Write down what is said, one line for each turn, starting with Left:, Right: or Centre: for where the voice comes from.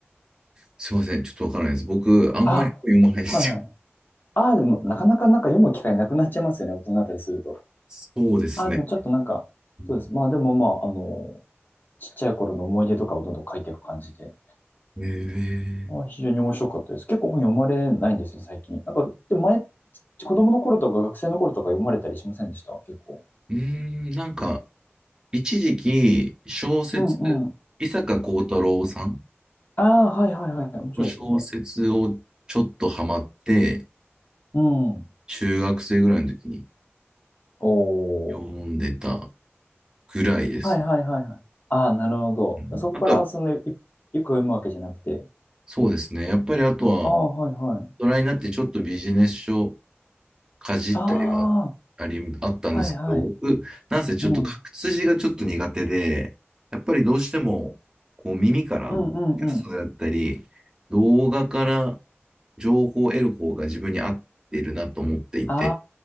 Right: すいません、ちょっとわからないです。僕、あんまり読まないですよ。
Left: あ、はいはい。ああ、でも、なかなかなんか読む機会なくなっちゃいますよね。大人になったりすると。
Right: <laughs> そうですね。
Left: ああ、でもちょっとなんか、
Right: うん
Left: そうです。まあ、でもまあ、あの、ちっちゃい頃の思い出とかをどんどん書いていく感じで。
Right: えー、
Left: あ、非常に面白かったです。結構本読まれないんですよ、最近。なんか、でも前、子供の頃とか学生の頃とか読まれたりしませんでした結構。
Right: うーん、なんか、一時期、小説、
Left: うんうん。
Right: 伊坂幸太郎さん
Left: ああ、はいはいはい。面白いですよね。
Right: の小説をちょっとハマって、
Left: うん。
Right: 中学生ぐらいの時に
Left: おー。
Right: 読んでたぐらいです。
Left: はいはいはいはい。ああ、なるほど。
Right: うん、
Left: そこから、
Right: あとは、
Left: その、いよく読むわけじゃなくて。
Right: そうですね。やっぱりあとは、
Left: ああ、はいはい。
Right: 大人になってちょっとビジネス書かじったりは
Left: あ
Right: あり、あったんですけど、
Left: あ、はいはい。
Right: 僕、なんせちょっと書く筋がちょっと苦手で、
Left: うん。
Right: やっぱりどうしても、こう耳から、
Left: うんうんうん。
Right: テストだったり、動画から情報を得る方が自分に合ってるなと思っていて、
Left: あ